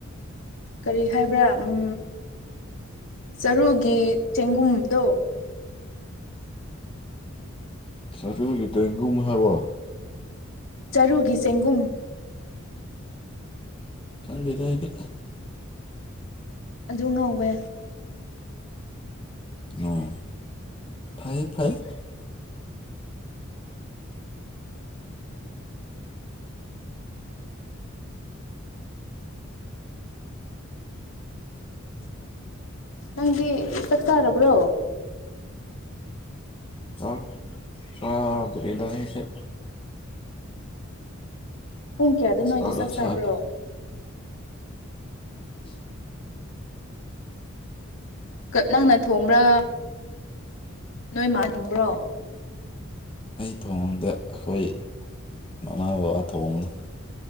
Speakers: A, on the left; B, on the left.
A: ꯀꯔꯤ ꯍꯥꯏꯕ꯭ꯔꯥ ꯎꯝ ꯆꯔꯨꯒꯤ ꯆꯦꯡꯒꯨꯝꯗꯣ
B: ꯆꯔꯨꯒꯤ ꯆ‌ꯦꯡꯒꯨꯝ ꯍꯥꯏꯕ
A: ꯆꯔꯨꯒꯤ ꯆꯦꯡꯒꯨꯝ
B: ꯈꯪꯗ‌ꯦꯗ ꯑꯩꯗꯤ
A: ꯑꯗꯨ ꯉꯧꯋꯦ
B: ꯑꯣ ꯐꯥꯏꯌ‌ꯦ ꯐꯥꯏꯌ‌ꯦ
A: ꯅꯪꯗꯤ ꯆꯥꯛꯆꯔꯕ꯭ꯔꯣ
B: ꯆꯥꯛ ꯆꯗꯔꯤꯗꯥ ꯑꯩꯁꯤ
A: ꯄꯨꯡ ꯀꯌꯥꯗ ꯅꯣꯏꯗꯤ
B: ꯊ
A: ꯆꯥꯛ
B: ꯊ
A: ꯆꯥꯕ꯭ꯔꯣ
B: <unintelligible>
A: ꯀꯠ ꯅꯪꯅ ꯊꯣꯡꯕ꯭ꯔꯥ ꯅꯣꯏ ꯃꯥꯅ ꯊꯣꯡꯕ꯭ꯔꯣ
B: ꯑꯩ ꯊꯣꯡꯗ ꯑꯩꯈꯣꯏ ꯃꯃꯥꯒ ꯕꯕꯥ ꯊꯣꯡꯕꯅ‌ꯦ